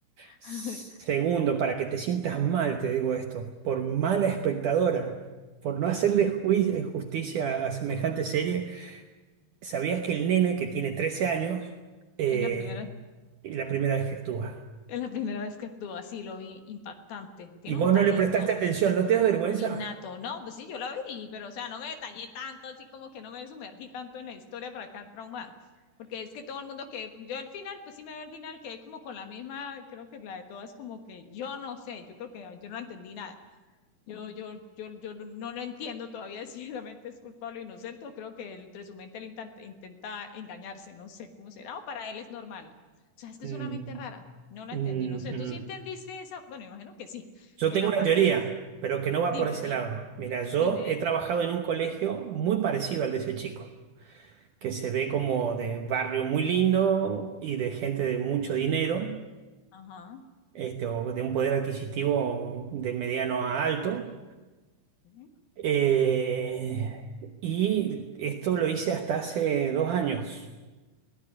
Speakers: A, on the right; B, on the left.
A: Segundo,
B: <laughs>
A: para que te sientas mal, te digo esto, por mala espectadora, por no hacerle jui- justicia a semejante serie ¿Sabías que el nene que tiene 13 años eh,
B: Es la primera.
A: es la primera vez que actúa?
B: Es la primera vez que actuó así, lo vi impactante. Tiene
A: Y vos
B: un talento
A: no le prestaste atención, ¿no te da vergüenza?
B: innato. No, pues sí, yo la vi, pero o sea, no me detallé tanto, así como que no me sumergí tanto en la historia para acá traumada. Porque es que todo el mundo que yo al final, pues sí me veo al final, quedé como con la misma, creo que la de todas, como que yo no sé, yo creo que yo no entendí nada. Yo, yo, yo, yo no no lo entiendo todavía <laughs> si realmente es culpable o inocente, o creo que entre su mente él intan- intenta engañarse, no sé cómo será, o para él es normal. O sea, es que
A: Mm,
B: es una mente rara, no la
A: mm,
B: entendí, no sé,
A: mm.
B: ¿tú sí entendiste esa? Bueno, imagino que sí,
A: Yo
B: en
A: tengo
B: la
A: una
B: parte
A: teoría,
B: es,
A: pero que no va
B: dime,
A: por ese
B: dime,
A: lado. Mira, yo
B: dime,
A: he trabajado en un colegio muy parecido al de ese chico, que se ve como de barrio muy lindo y de gente de mucho dinero,
B: ajá,
A: este, o de un poder adquisitivo de mediano a alto
B: ujú,
A: Eh, y esto lo hice hasta hace dos años.